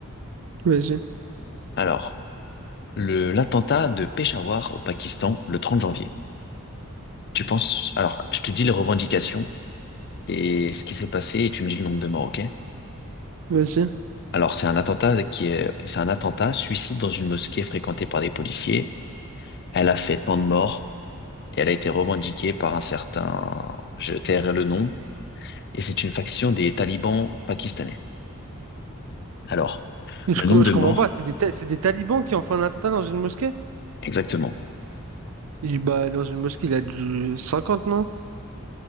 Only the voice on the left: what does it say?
Alors, le, l'attentat de Peshawar au Pakistan le 30 janvier. Tu penses, alors, je te dis les revendications et ce qui s'est passé et tu me dis le nombre de morts, ok?
Alors, c'est un attentat qui est, c'est un attentat suicide dans une mosquée fréquentée par des policiers. Elle a fait tant de morts et elle a été revendiquée par un certain, je tairai le nom, et c'est une faction des talibans pakistanais. Alors,
le
nombre de
morts,
exactement.